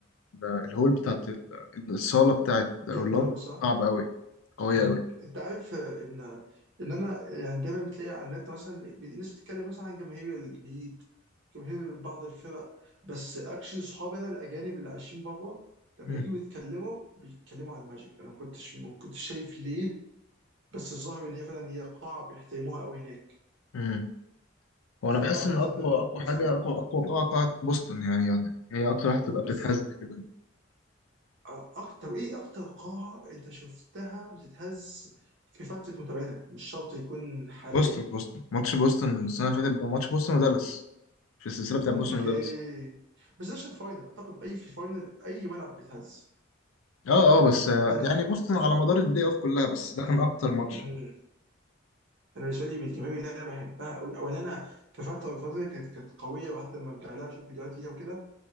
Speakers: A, on the left; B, on the right.
A: آه، الهول بتاعت ال- الصالة بتاعت أورلاندو
B: جامد قوي صح؟
A: صعب قوي قوية
B: مم.
A: أوي
B: انت عارف آه، ان ان انا يعني دايما بتلاقي على النت مثلا بي- ناس بتتكلم مثلا عن جماهير الهيت جماهير بعض الفرق بس اكشلي صحابي انا الاجانب اللي عايشين بره لما
A: مم.
B: يجوا بيتكلموا بيتكلموا عن الماجيك انا ما كنتش ما كنتش شايف ليه بس الظاهر ان هي فعلا هي قاعه بيحترموها قوي هناك
A: مم. وأنا
B: فاعتقد
A: بحس إن أقوى
B: ده ممكن
A: أقوى
B: يكون
A: حاجة
B: سبب
A: أقوى أقوى قاعة قاعة بوسطن يعني يعني هي أكتر واحدة تبقى
B: بالظبط
A: بتتهز كده
B: آه، اكتر ايه اكتر قاعه انت شفتها بتتهز في فتره متابعتك مش شرط يكون حاليا
A: بوسطن بوسطن ماتش بوسطن السنة اللي فاتت بقى ماتش بوسطن ودالاس في السلسلة بتاع
B: اوكي
A: بوسطن ودالاس
B: بس ده عشان فاينل اعتقد اي في الفاينل اي ملعب بيتهز
A: أه أه بس آه،
B: انا
A: يعني بوسطن على مدار البلاي أوف كلها بس ده كان أكتر ماتش
B: مم. انا بالنسبه لي من الجماهير اللي انا بحبها قوي او اللي انا في فتره الفتره دي كانت كانت قويه وحتى لما برجع لها اشوف فيديوهات ليها وكده